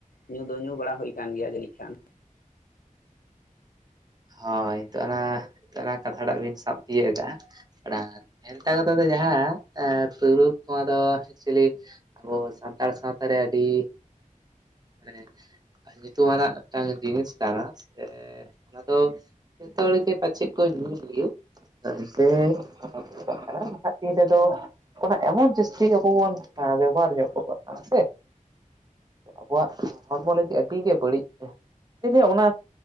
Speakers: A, on the left (about 90°); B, on the right (about 30°).
A: ᱧᱩ ᱫᱚ ᱧᱩ ᱵᱟᱲᱟ ᱦᱩᱭ ᱠᱟᱱ ᱜᱮᱭᱟ ᱡᱟᱹᱱᱤᱡ ᱠᱷᱟᱱ
B: ᱦᱳᱭ ᱱᱤᱛᱚᱜ ᱟᱱᱟ ᱚᱱᱟ ᱠᱟᱛᱷᱟ ᱴᱟᱜ ᱵᱤᱥ ᱥᱟᱵ ᱛᱤᱭᱚᱜ ᱟᱠᱟᱫᱟ ᱚᱱᱟ ᱵᱷᱮᱱᱛᱟ ᱠᱟᱛᱷᱟ ᱛᱮ ᱡᱟᱦᱟᱸ ᱛᱩᱹᱨᱩᱵ ᱛᱚᱣᱟ ᱫᱚ ᱪᱮᱞᱤ ᱟᱵᱚ ᱥᱟᱱᱛᱟᱲ ᱥᱟᱶᱛᱟ ᱨᱮ ᱟᱹᱰᱤ ᱢᱟᱱᱮ ᱧᱩᱛᱩ ᱟᱱᱟᱜ ᱢᱤᱫᱴᱟᱝ ᱡᱤᱱᱤᱥ ᱠᱟᱱᱟ ᱥᱮ ᱛᱚ ᱡᱚᱛᱚ ᱦᱚᱲ ᱜᱮ ᱯᱟᱪᱮᱫ ᱠᱚ ᱧᱩᱭ ᱜᱮ ᱮᱱᱛᱮ <inaudible> ᱱᱟᱟᱜ ᱛᱤᱱ ᱨᱮᱫᱚ ᱚᱱᱟ ᱮᱢᱚᱱ ᱡᱟᱹᱥᱛᱤ ᱟᱵᱚ ᱵᱚᱱ ᱵᱮᱵᱚᱦᱟᱨ ᱧᱚᱜ ᱠᱚ ᱠᱟᱱᱟ ᱥᱮ ᱟᱵᱚᱣᱟᱜ ᱦᱚᱲᱢᱚ ᱞᱟᱹᱜᱤᱫ ᱟᱹᱰᱤᱜᱮ ᱵᱟᱹᱲᱤᱡ ᱤᱧ ᱞᱟᱹᱭᱟ ᱚᱱᱟ